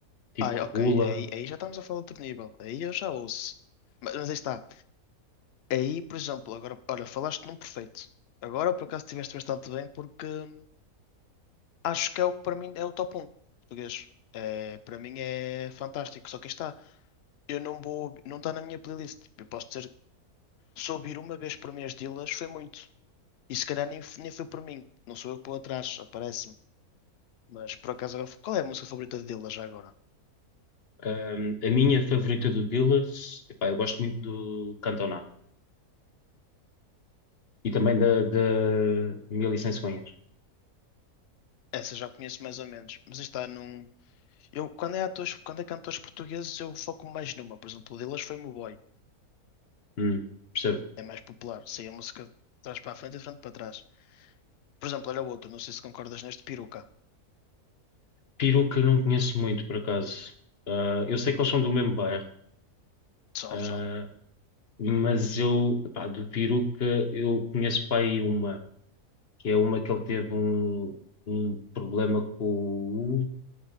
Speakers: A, on the left; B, on the left.
A: tipo
B: Ah, é,
A: Regula.
B: ok, aí, aí já estamos a falar de outro nível. Aí eu já ouço. Mas, mas aí está. Aí, por exemplo, agora, olha, falaste num perfeito. Agora, por acaso, estiveste bastante bem, porque hum, acho que é o que para mim é o top um português. É, para mim é fantástico. Só que aí está. Eu não vou, não está na minha playlist. Tipo, eu posso dizer, se ouvir uma vez por mês delas, foi muito. E se calhar nem, f- nem foi por mim. Não sou eu que vou atrás, aparece-me. Mas por acaso agora. Qual é a música favorita dele já agora?
A: Um, a minha favorita do Dillas, epá, eu gosto muito do Cantona e também da, da Mil e Cem Cegonhas.
B: Essa já conheço mais ou menos. Mas está num. Eu, quando é atores, quando é cantores portugueses, eu foco mais numa. Por exemplo, o Dillas foi Meu Boy.
A: Hum, percebo.
B: É mais popular. Sei a música de trás para a frente e de frente para trás. Por exemplo, olha o outro. Não sei se concordas neste, Peruca.
A: Peru que eu não conheço muito, por acaso. Ah, eu sei que eles são do mesmo bairro,
B: São,
A: ah,
B: são.
A: mas eu, epá, do Peruca eu conheço para aí uma, que é uma que ele teve um, um problema com o. Como